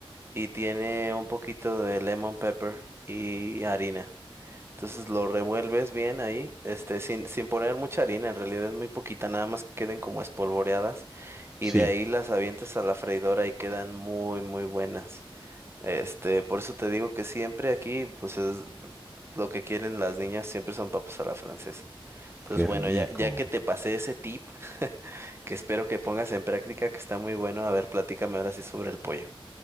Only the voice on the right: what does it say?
y tiene un poquito de lemon pepper y harina. Entonces lo revuelves bien ahí, este, sin, sin poner mucha harina, en realidad es muy poquita, nada más que queden como espolvoreadas y
de ahí las avientas a la freidora y quedan muy, muy buenas. Este, por eso te digo que siempre aquí, pues es lo que quieren las niñas, siempre son papas a la francesa. Entonces,
bueno,
ya, ya que te pasé ese tip, <laughs> que espero que pongas en práctica, que está muy bueno, a ver, platícame ahora sí sobre el pollo.